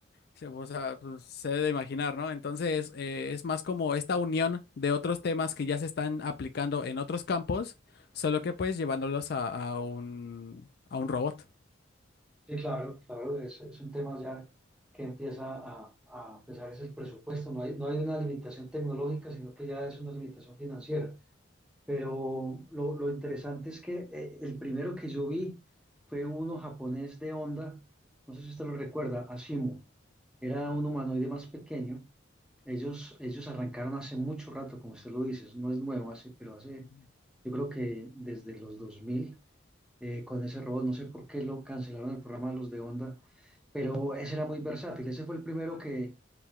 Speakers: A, on the left (about 50°); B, in the centre.
A: se, o sea, pues, se debe de imaginar, ¿no? Entonces, eh, es más como esta unión de otros temas que ya se están aplicando en otros campos, solo que pues llevándolos a, a un, a un robot.
B: Sí, claro, claro, es, es un tema ya que empieza a, a pesar es el presupuesto. No hay, no hay una limitación tecnológica, sino que ya es una limitación financiera. Pero lo, lo interesante es que eh, el primero que yo vi fue uno japonés de Honda, no sé si usted lo recuerda, Ashimo. Era un humanoide más pequeño. Ellos, ellos arrancaron hace mucho rato, como usted lo dice, eso no es nuevo, hace, pero hace,
A: Ujú.
B: yo creo que desde los 2000, eh, con ese robot, no sé por qué lo cancelaron el programa de los de Honda, pero ese era muy versátil, ese fue el primero que,